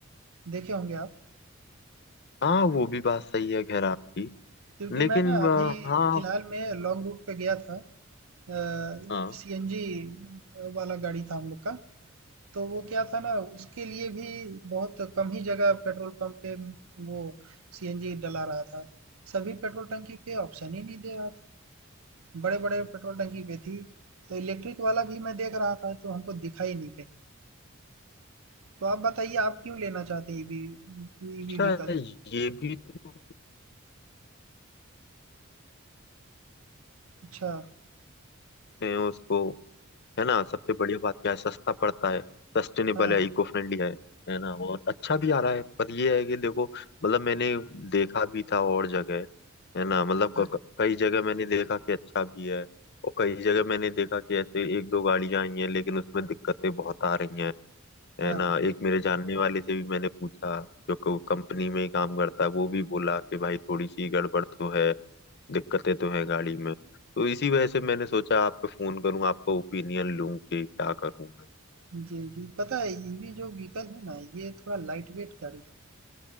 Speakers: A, on the right; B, on the left.
A: देखे होंगे आप?
B: हाँ वो भी बात सही है खैर आपकी
A: क्योंकि
B: लेकिन
A: मैं ना अभी
B: अ, हाँ
A: फिलहाल में लॉन्ग रूट पे गया था अ,
B: हाँ
A: सीएनजी वाला गाड़ी था हम लोग का, तो वो क्या था ना उसके लिए भी बहुत कम ही जगह पेट्रोल पंप पे वो सीएनजी डला रहा था। सभी पेट्रोल टंकी पे ऑप्शन ही नहीं दे रहा था। बड़े-बड़े पेट्रोल टंकी पे थी, तो इलेक्ट्रिक वाला भी मैं देख रहा था तो हमको दिखा ही नहीं कहीं। तो आप बताइए आप क्यों लेना चाहते हैं ईवी ईवी
B: अच्छा
A: व्हीकल?
B: अच्छा, ये भी तो
A: अच्छा।
B: हैं उसको है ना सबसे बढ़िया बात क्या है सस्ता पड़ता है सस्टेनेबल
A: हाँ, हाँ।
B: है इको फ्रेंडली है है ना और अच्छा भी आ रहा है पर ये है कि देखो मतलब मैंने देखा भी था और जगह है ना मतलब
A: अच्छा।
B: क- क- कई जगह मैंने देखा कि अच्छा भी है और कई जगह मैंने देखा कि ऐसे एक दो गाड़ियां आई हैं लेकिन उसमें दिक्कतें बहुत आ रही हैं है
A: हाँ,
B: ना
A: हाँ।
B: एक मेरे जानने वाले से भी मैंने पूछा जो कंपनी में ही काम करता है वो भी बोला कि भाई थोड़ी सी गड़बड़ तो है दिक्कतें तो है गाड़ी में तो इसी वजह से मैंने सोचा आपको फोन करूं आपका ओपिनियन लूं कि क्या करूं मैं
A: जी, जी। पता है ईवी जो व्हीकल है ना ये थोड़ा लाइटवेट गाड़ी है।